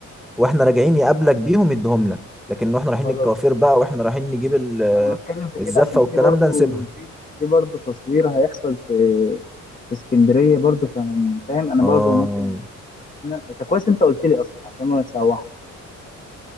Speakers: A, in the centre; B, on the left.
A: واحنا راجعين يقابلك بيهم يديهم لك لكن واحنا رايحين
B: خلاص
A: الكوافير بقى واحنا رايحين نجيب ال...
B: ما انا بتكلم في
A: الزفه
B: كده عشان
A: والكلام
B: في برضو
A: ده نسيبها
B: في في برضو تصوير هيحصل في في اسكندريه برضو فاهم فاهم انا
A: اه
B: برضو ممكن ده كويس انت قلت لي اصلا عشان ما تسوحش